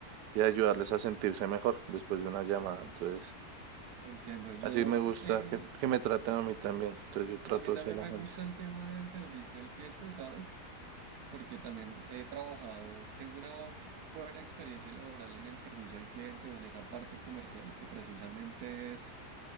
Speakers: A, on the right; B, on the right.
A: y ayudarles a sentirse mejor después de una llamada. Entonces,
B: Entiendo. Yo,
A: así me gusta
B: eh,
A: que, que me traten a mí también, entonces yo trato
B: a mí también
A: hacia la
B: me
A: gente.
B: gusta el tema del servicio al cliente, ¿sabes? Porque también he trabajado, tengo una buena experiencia laboral en el servicio al cliente o en esa parte comercial que precisamente es...